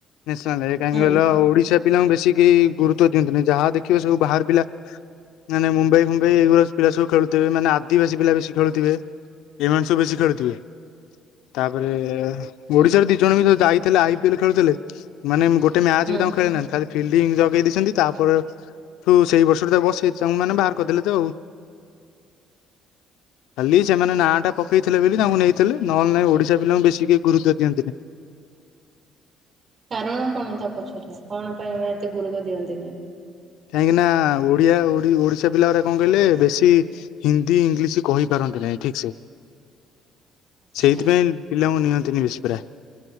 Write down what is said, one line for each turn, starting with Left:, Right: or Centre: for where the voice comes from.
Left: ନେସନାଲ୍ ରେ କାଇଁ
Right: ହୁଁ
Left: କହିଲ, ଓଡ଼ିଶା ପିଲାଙ୍କୁ ବେଶୀ କେହି ଗୁରୁତ ଦିଅନ୍ତିନେଇ, ଯାହା ଦେଖିବ ସବୁ ବାହାର ପିଲା ନାଇଁ ନାଇଁ ମୁମ୍ବାଇ ଫୁମ୍ବାଇ ଏଗୁରା ପିଲା ସବୁ ଖେଳୁଥିବେ, ମାନେ ଆଦିବାସୀ ପିଲା ବେଶୀ ଖେଳୁଥିବେ। ଏଇମାନେ ସବୁ ବେଶୀ ଖେଳୁଥିବେ? ତାପରେ ଓଡିଶାରୁ ଦି ଜଣ ବି ଯୋଉ ଯାଇଥିଲେ, ଆଇ ପି ଏଲ୍ ଖେଳୁଥିଲେ ମାନେ ଗୋଟେ ମ୍ୟାଚ
Right: ହୁଁ।
Left: ବି ତାଙ୍କୁ ଖେଳେଇ ନାହାନ୍ତି, ଖାଲି ଫିଲ୍ଡି ଜଗେଇ ଦେଇଛନ୍ତି। ତାପରେ ଠୁ ସେଇ ବର୍ଷରୁ ତା ବସେଇ <unintelligible> ମାନେ ବାହାର କରିଦେଲେ ତ ଆଉ। ଖାଲି ସେମାନେ ନାଁ ଟା ପକେଇଥିଲେ ବେ, ତାଙ୍କୁ ନେଇ ଥିଲେ, ନହେଲେ ନାଇଁ ଓଡ଼ିଶା ପିଲାଙ୍କୁ ବେଶୀ ଗୁରୁତ୍ୱ ଦିଅନ୍ତିିନି।
Right: କାରଣ କଣ ତା ପଛରେ, କଣ ପାଇଁ ଏତେ ଗୁରୁତ୍ୱ ଦିଅନ୍ତିନି?
Left: କାହିଁକିନା ଓଡ଼ିଆ ଓଡ଼ିଶା ପିଲା ଗୁରା କଣ କହିଲେ ବେଶୀ ହିନ୍ଦୀ, ଇଂଲିଶ କହି ପାରନ୍ତି ନାହିଁ ଠିକ୍ ସେ।
Right: ଆଚ୍ଛା
Left: ସେଇଥିପାଇଁ ପିଲାଙ୍କୁ ନିଅନ୍ତିନି ବେଶୀ ପରା,